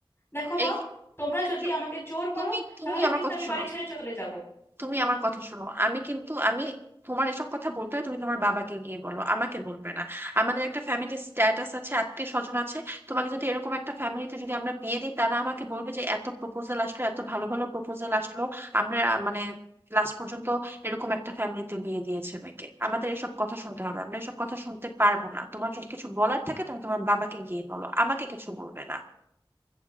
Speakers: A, on the left; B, on the right.
A: দেখো মা
B: এই
A: তোমরা যদি
B: চুপ,
A: আমাকে জোর করো
B: তুমি তুমি
A: তাহলে
B: আমার
A: কিন্তু
B: কথা
A: আমি
B: শোনো
A: বাড়ি ছেড়ে চলে যাব
B: তুমি আমার কথা শোনো আমি কিন্তু আমি তোমার এসব কথা বলতে হয় তুমি তোমার বাবাকে গিয়ে বলো আমাকে বলবে না আমাদের একটা ফ্যামিলির স্ট্যাটাস আছে আত্মীয় স্বজন আছে তোমাকে যদি এরকম একটা ফ্যামিলিতে যদি আমরা বিয়ে দিই তারা আমাকে বলবে যে এত প্রপোজাল আসলো এত ভালো ভালো প্রপোজাল আসলো আমরা আহ, মানে লাস্ট পর্যন্ত এরকম একটা ফ্যামিলিতে বিয়ে দিয়েছে মেয়েকে আমাদের এসব কথা শুনতে হবে আমরা এসব কথা শুনতে পারবো না তোমার যদি কিছু বলার থাকে তুমি তোমার বাবাকে গিয়ে বলো আমাকে কিছু বলবে না